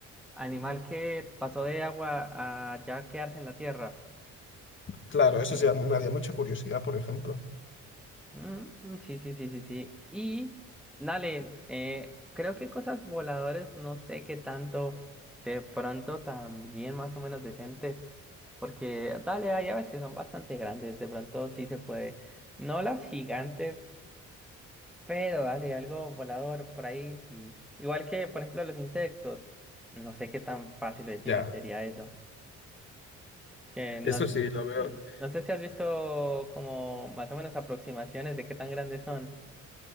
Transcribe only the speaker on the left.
Claro, eso
sí me haría mucha curiosidad, por ejemplo.
Ya,
eso sí, lo veo.